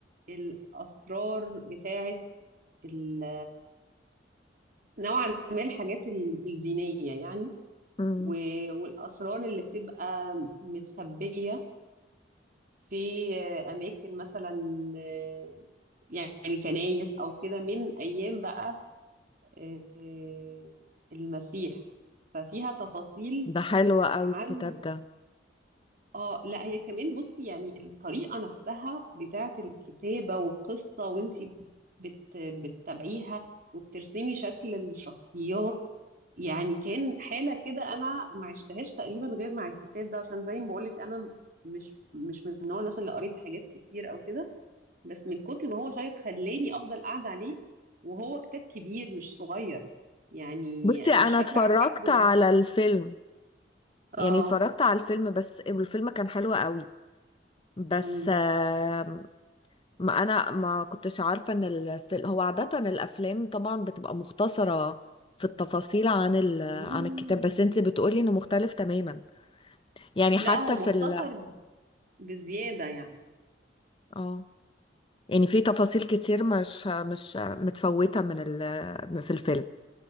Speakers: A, on the right; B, on the left.
A: الأسرار بتاعة ال- نوعا ما الحاجات ال- الدينية يعني
B: مم.
A: و- والأسرار اللي بتبقى متخبية في أماكن مثلا آه، يعني كنايس أو كده من أيام بقى آه، المسيح ففيها تفاصيل
B: ده حلو قوي
A: عن
B: الكتاب ده
A: اه لا هي كمان بصي يعني الطريقة نفسها بتاعت الكتابة والقصة وانتي بت بتتابعيها وبترسمي شكل الشخصيات يعني كان حالة كده انا ما عشتهاش تقريبا غير مع الكتاب ده عشان زي ما بقولك انا مش مش من النوع مثلا اللي قريت حاجات كتير او كده بس من كتر ما هو شيق خلاني افضل قاعدة عليه وهو كتاب كبير مش صغير يعني
B: بصي
A: انا
B: انا
A: مش فاكرة
B: اتفرجت
A: عدده بس
B: على الفيلم يعني
A: اه
B: اتفرجت على الفيلم بس الفيلم كان حلو قوي بس
A: امم
B: آم، ما انا ما كنتش عارفة ان الفيلم هو عادة الافلام طبعا بتبقى مختصرة في التفاصيل عن ال...
A: ايه
B: عن الكتاب بس انت بتقولي انه مختلف تماما يعني حتى
A: لا هو مختصر
B: في ال...
A: بزيادة يعني
B: اه يعني في تفاصيل كتير مش مش متفوتة من ال... في الفيلم